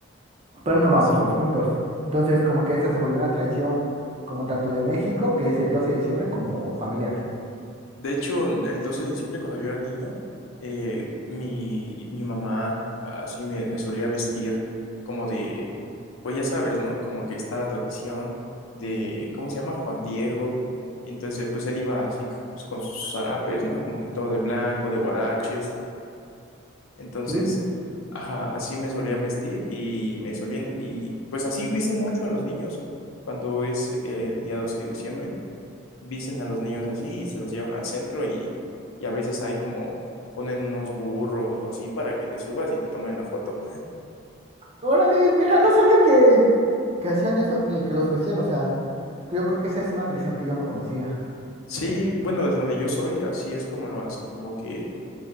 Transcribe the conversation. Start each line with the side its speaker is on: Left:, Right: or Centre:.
Right: pero no vamos
Left: y sí,
Right: todos juntos. Entonces como que esa se volvió una tradición como tanto de México, que es el 12 de diciembre, como familiar.
Left: De hecho, el 12 de diciembre, cuando yo era niño, eh, mi, mi mamá así me, me solía vestir como de, pues ya sabes, ¿no? Como que está la tradición de, ¿cómo se llama? Juan Diego. Y entonces, pues él iba así pues, con sus zarapes, ¿no? Como que todo de blanco, de guaraches. Entonces,
Right: Sí,
Left: ajá, así me solían vestir y me solían, y pues así visten mucho a los niños cuando es eh, el día 12 de diciembre visten a los niños así y se los llevan al centro y, y a veces hay como ponen unos burros o así para que te subas y te tomen la foto.
Right: órale, mira, no sabía que, que hacían eso ni que los vestían, o sea, que yo creo que esa es una tradición que yo no conocía.
Left: Sí, bueno, desde donde yo soy, así es como lo hacen, como que